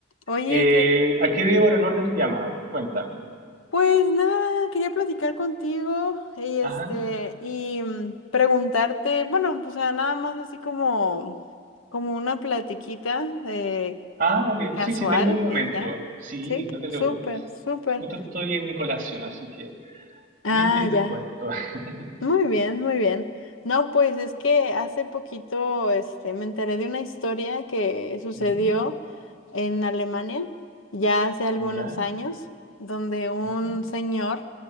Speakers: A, on the left; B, on the right.
A: Oye,
B: Eh,
A: que,
B: ¿a qué debo el honor de tu llamado? Cuéntame.
A: pues nada, quería platicar contigo y este,
B: Ajá.
A: y mm, preguntarte, bueno, o sea, nada más así como, como una platiquita eh,
B: Ah, dale.
A: casual
B: Sí, sí, tengo un momento.
A: y ya.
B: Sí,
A: Sí,
B: no te
A: súper,
B: preocupes.
A: súper.
B: Justo estoy en mi colación, así que
A: Ah,
B: listo y dispuesto.
A: ya.
B: <laughs>
A: Muy bien, muy bien. No, pues es que hace poquito este, me enteré de una historia que sucedió
B: Ujú,
A: en Alemania, ya hace algunos
B: ¿Ya?
A: años, donde un
B: ujú.
A: señor